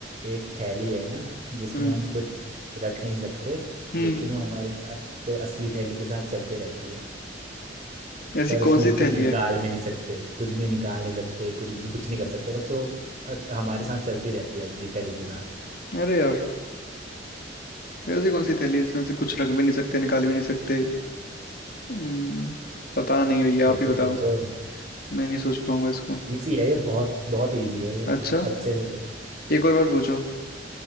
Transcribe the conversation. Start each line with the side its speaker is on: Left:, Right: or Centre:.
Right: एक थैली है ना जिसमें
Left: हम्म
Right: हम कुछ रख नहीं सकते
Left: हम्म
Right: लेकिन वो हमारे साथ असली थैली के साथ चलते रहती है
Left: ऐसी
Right: पर उसमें
Left: कौन सी
Right: से कुछ
Left: थैली
Right: निकाल
Left: है
Right: भी नहीं सकते कुछ भी निकाल नहीं सकते कुछ भी कुछ नहीं कर सकते बस वो हत- हमारे साथ चलती रहती है असली थैली के साथ
Left: अरे यार ऐसी कौन सी थैली है जिसमें से कुछ रख भी नहीं सकते निकाल भी नहीं सकते हम्म पता नहीं भैया
Right: सोचो
Left: आप ही बताओ
Right: सोचो
Left: मैं नहीं सोच पाऊंगा इसको
Right: इजी है ये बहुत बहुत इजी है ये
Left: अच्छा
Right: अच्छे से सोचो
Left: एक और बार पूछो